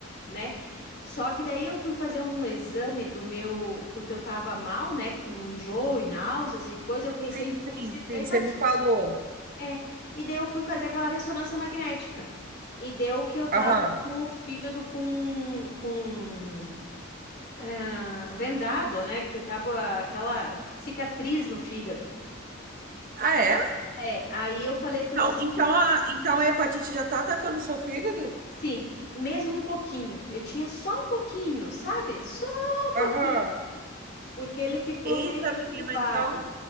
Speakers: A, on the left; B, on the right.
A: né? Só que daí eu fui fazer um exame do meu, porque eu estava mal, né, com enjoo e náuseas e coisa, eu pensei
B: Sim,
A: que fosse
B: sim, sim.
A: da hepatite.
B: Você me falou.
A: É. E daí eu fui fazer aquela ressonância magnética. E deu que eu tava
B: Aham.
A: com o fígado com, com ah, rendado, né? Que eu tava aquela cicatriz no fígado.
B: Ah, é?
A: É, aí eu falei pro
B: Então,
A: doutor,
B: então, a, então a hepatite já tá atacando o seu fígado?
A: sim, mesmo um pouquinho. Eu tinha só um pouquinho, sabe? Só um
B: Aham.
A: pouquinho, porque ele ficou
B: Eita,
A: meio que
B: menina,
A: incubado.
B: então.